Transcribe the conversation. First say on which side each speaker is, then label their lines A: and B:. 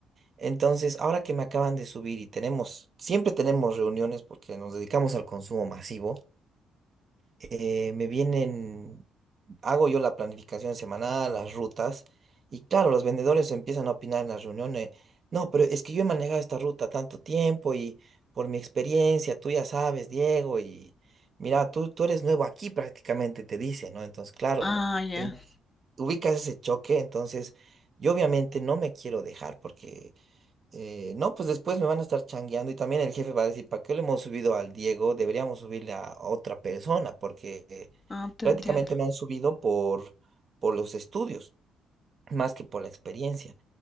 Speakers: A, on the right; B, on the left.
A: entonces ahora que me acaban de subir y tenemos, siempre tenemos reuniones porque nos dedicamos al consumo masivo, eh, me vienen hago yo la planificación semanal, las rutas, y claro, los vendedores empiezan a opinar en las reuniones, no, pero es que yo he manejado esta ruta tanto tiempo y por mi experiencia, tú ya sabes, Diego, y mira, tú, tú eres nuevo aquí prácticamente, te dice, ¿no? Entonces, claro,
B: Ah, ya.
A: eh, ubicas ese choque, entonces yo obviamente no me quiero dejar porque eh, no, pues después me van a estar changueando y también el jefe va a decir, ¿para qué le hemos subido al Diego? Deberíamos subirle a otra persona porque eh,
B: Ah, te
A: prácticamente
B: entiendo.
A: me han subido por, por los estudios, más que por la experiencia.